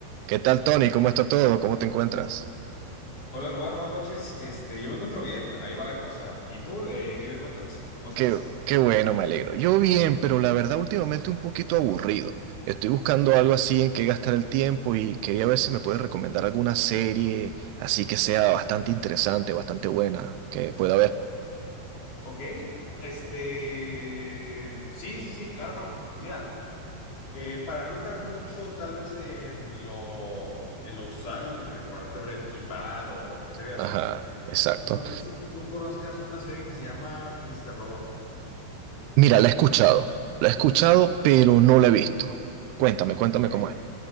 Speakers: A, on the right (about 85°); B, on the left (about 40°).
A: ¿Qué tal, Tony? ¿Cómo está todo? ¿Cómo te encuentras?
B: Hola Nomar, buenas noches. Este, yo me encuentro bien, ahí va la cosa. ¿Y tú, eh, qué me cuentas? ¿Cómo estás?
A: Qué, qué bueno, me alegro. Yo bien, pero la verdad últimamente un poquito aburrido. Estoy buscando algo así en que gastar el tiempo y quería ver si me puedes recomendar alguna serie así que sea bastante interesante, bastante buena, que pueda ver.
B: Ok, este, sí, sí, sí, claro. Mira, eh, para no entrar mucho tal vez en lo, en lo usual y recomendarte Breaking Bad o series
A: Ajá,
B: así,
A: exacto.
B: no sé si tú conozcas una serie que se llama Mr. Robot.
A: Mira, la he escuchado. La he escuchado, pero no la he visto. Cuéntame, cuéntame
B: Ok.
A: cómo es.